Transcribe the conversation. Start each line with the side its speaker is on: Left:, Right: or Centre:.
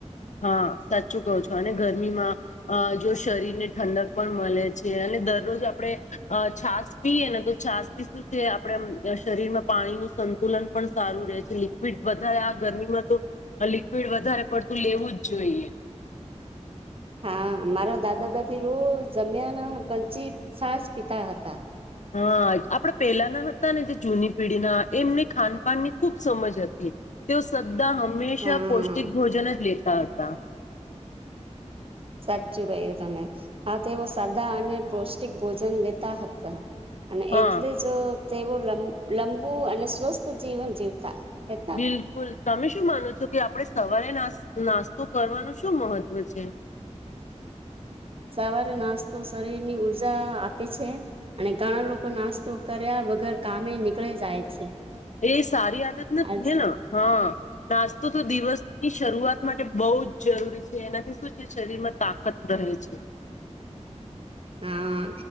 Left: હા સાચું કહો છો અને ગરમીમાં અ જો શરીરને ઠંડક પણ મળે છે અને દરરોજ આપણે છાસ પીએ ને તો છાસ થી શું છે આપણે શરીરમાં પાણીનુંું સંતુલન પણ સારું રહે છે લિક્વિડ વધારે આ ગરમીમાં તો લિક્વિડ વધારે પડત લેવું જ જોઈએ
Right: હા મારા દાદા દાદી રોજ જમ્યાના પચી સાસ પિતા હતા
Left: હા આપડા પહેલાના હતા ને જે જૂની પેઢીના એમને ખાનપાનની ખૂબ સમજ હતી તેઓ હંમેશા
Right: હા
Left: પૌષ્ટિક ભોજન જ લે ત ત
Right: સાચું કય્યું તમે આા તેઓ સાદા અને પૌષ્ટિક ભોજન લેતા હતા અને
Left: હા
Right: એટલે જ તેવું લંબુ અને સ્વસ્થ જીવન જીવતા હતા
Left: બિલકુલ તમે શું માનો છો કે આપણે સવારે નાસ્તો કરવાનું શું મહત્વ છે
Right: સવારે નાસ્તો શરીરની ઉઊર્જા આપે છે અને ઘણા લોકો નાસ્તો કર્યા વગર કામે નીકળે જાય છે
Left: એ સારી આદત નથી
Right: આજ
Left: હે હા નાસ્તો તો દિવસની શરૂઆત માટે બહુ જ જરૂરી છે એનાથી શું છે શરીરમાં તાકત રહે છે
Right: હા